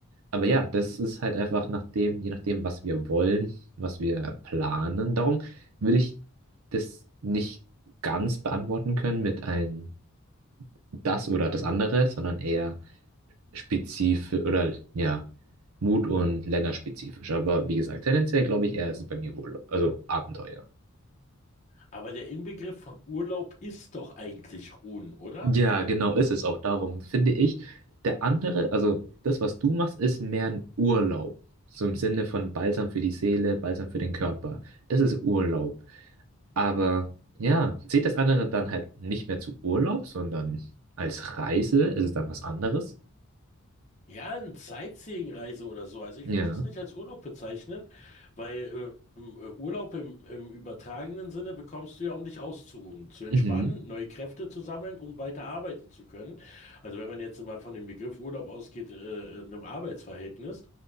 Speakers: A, on the right; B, on the left.
A: Aber ja, das ist halt einfach nach dem, je nachdem, was wir wollen, was wir planen. Darum würde ich das nicht ganz beantworten können mit einem das oder das andere, sondern eher spezifisch oder ja, Mut und länderspezifisch. Aber wie gesagt, tendenziell glaube ich eher ist es bei mir Urlaub, also Abenteuer.
B: Aber der Inbegriff von Urlaub ist doch eigentlich Ruhen, oder?
A: Ja, genau ist es auch darum, finde ich. Der andere, also das, was du machst, ist mehr ein Urlaub. So im Sinne von Balsam für die Seele, Balsam für den Körper. Das ist Urlaub. Aber ja, zählt das andere dann halt nicht mehr zu Urlaub, sondern als Reise ist es dann was anderes?
B: Ja, eine Sightseeing-Reise oder so. Also ich
A: Ja.
B: würde das nicht als Urlaub bezeichnen, weil äh, im, äh, Urlaub im, im übertragenen Sinne bekommst du ja, um dich auszuruhen, zu entspannen,
A: Mhm.
B: neue Kräfte zu sammeln, um weiter arbeiten zu können. Also wenn man jetzt mal von dem Begriff Urlaub ausgeht, äh, in einem Arbeitsverhältnis,